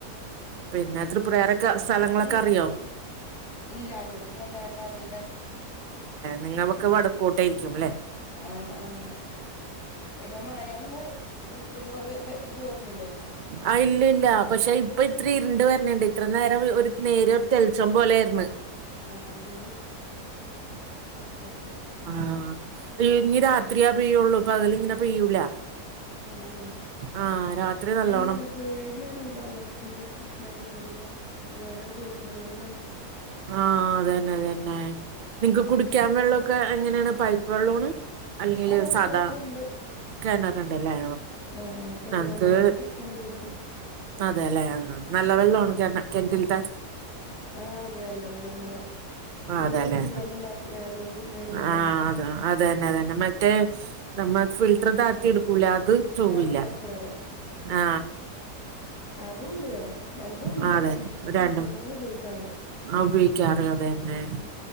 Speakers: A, on the right; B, on the left.
A: പിന്നെ തൃപ്രയാറൊക്കെ സ്ഥലങ്ങളൊക്കെ
B: പി
A: അറിയൊ
B: ഇല്ല, അങ്ങടൊന്നും വല്ലാണ്ടറീല
A: നിങ്ങവക്ക് വടക്കോട്ടായിരിക്കും, ല്ലേ?
B: ആ ആ, <unintelligible> <unintelligible> ഇപ്പ ചോർന്നില്ലേ
A: ആ, ഇല്ല ഇല്ല, പക്ഷെ ഇപ്പൊ ഇത്തിരി ഇരുണ്ട് വരണുണ്ട്, ഇത്ര നേ ഒരു നേരിയ തെളിച്ചം പോലെ ആരുന്ന്
B: അത് <unintelligible>
A: ആഹ് ഇനി രാത്രിയാ പെയ്യുള്ളൂ, പകലിങ്ങനെ പെയ്യൂല
B: അതാണ്
A: ആ, രാത്രി
B: പിന്നെ
A: നല്ലോ
B: എന്താ പേടിയാണ് ഈ വെള്ളത്തിന്റെൊക്കെ പ്രശ്നായിഴിഞ്ഞാ ഇപ്പോ ഓരോ ദുരന്തങ്ങൾ ക
A: ആ അതന്നെ അതതന്നെ നിങ്ങക്ക് കുടിക്കാൻ വെള്ളമൊക്കെ എങ്ങനെയാണ് പൈപ്പ് വെള്ളാണ് അല്ലെങ്കില്
B: അല്ലല്ല
A: സാദാ
B: കിണറുണ്ട്
A: കണറുണ്ടല്ലേ
B: ആഹ് ആഹ് കിണർ
A: മുക്ക്
B: വെള്ളം തന്നെ കുടിക്കാൻ ഉപയോഗിച്ച
A: അതെല്ലേ നല്ല വെള്ളമാണ് ക കിണറ്റിലിത്തെ
B: ആ അത് നല്ലതാണ് നമ്മള് ഇവിടെ
A: അതെല്ലെ
B: കുത്തിങ്ങാണ്ട് ഉണ്ടാക്കിയ അതുകൊണ്ട് പിന്നെ നല്ലതാണ്
A: ആ അത അതന്നെ അതന്നെ മറ്റേ നമ്മ ഫിൽട്ടർ താത്തി എടുക്കൂല അത് ചോവല്ല
B: ആഹ് കൊഴൽക്കിണറ്
A: ആ
B: അതും ഉണ്ട് ഇവിടെ രണ്ടും ഉണ്ട്
A: ആ അതന്നെ
B: പക്ഷെ ഞങ്ങള് കിണറ്റത്തതാ
A: രണ്ടും
B: ഉപയോഗിക്കാറ്
A: ആ ഉപയോഗിക്കാറ് അതന്നെ
B: ഉം